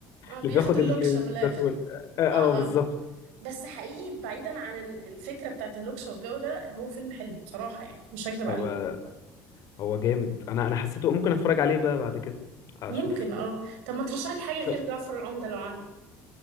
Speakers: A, on the right; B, on the left.
A: اه بياخد
B: اللي بياخد
A: اللوكشة
B: ال-
A: من
B: الزيتون
A: الآخر
B: اه
A: اه
B: آه، بالظبط
A: اه بس حقيقي بعيدا عن ال- الفكرة بتاعت اللوكشة والجو ده هو فيلم حلو بصراحة يعني مش هكدب
B: طب
A: عليك
B: آه، هو جامد انا انا حسيته ممكن اتفرج عليه بقى بعد كده اشوف
A: ممكن اه طب ما ترشح لي حاجة غير
B: طب
A: جعفر العمدة لو عندك